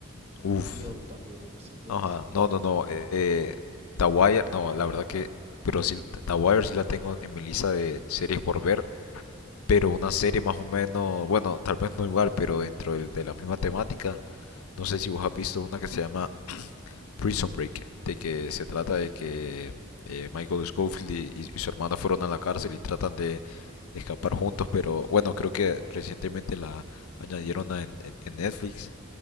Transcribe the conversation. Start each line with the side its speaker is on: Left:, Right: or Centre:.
Right: En
Left: Uf.
Right: HBO también. Eso es buenísimo.
Left: Ajá. No, no, no. Eh, eh, The Wire, no, la verdad que, pero sí, The Wire sí la tengo en mi lista de series por ver. Pero una serie más o menos, bueno, tal vez no igual, pero dentro del- de la misma temática, no sé si vos has visto una que se llama Prison Break, de que se trata de que eh, Michael Scofield y, y su hermano fueron a la cárcel y tratan de escapar juntos, pero bueno, creo que recientemente la añadieron a- en, en- en Netflix